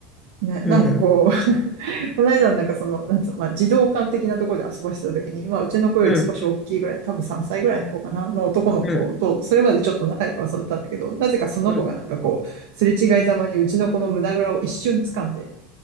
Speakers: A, on the right (about 75°); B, on the left (about 15°).
A: ね、
B: うん、
A: なんかこう、この間なんかその、なんつうの、まあ、児童館的なところで遊ばしてた時に、まあ、うちの子より少し大きいぐらい、
B: うん、
A: 多分3歳ぐらいの子かな、の男の子と、
B: うん、
A: それまでちょっと仲良く遊んでたんだけど、なぜかその子がなんかこう、
B: うん。
A: すれ違いざまにうちの子の胸ぐらを一瞬掴んで、